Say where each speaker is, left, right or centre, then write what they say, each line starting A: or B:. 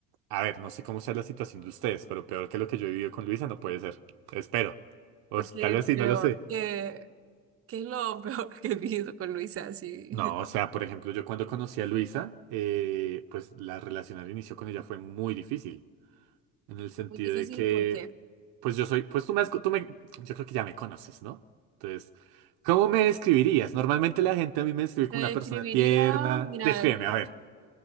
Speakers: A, on the right; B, on the right.
A: A ver, no sé cómo sea la situación de ustedes, pero peor que lo que yo he vivido con Luisa no puede ser. Espero. O
B: Porque
A: s- tal vez sí,
B: peor
A: no lo sé.
B: que, ¿qué es lo <laughs> peor que he visto con Luisa? Así,
A: No, o sea, por ejemplo, yo cuando conocí a Luisa, eh, pues la relación al inicio con ella fue muy difícil. En
B: <laughs>
A: el sentido
B: muy difícil
A: de que,
B: porque
A: pues yo soy, pues tú me, has co- tú me, yo creo que ya me conoces, ¿no? Entonces, ¿cómo me describirías? Normalmente la gente a mí me describe
B: te
A: como
B: describiría,
A: una persona tierna.
B: mira,
A: Descríbeme, a ver.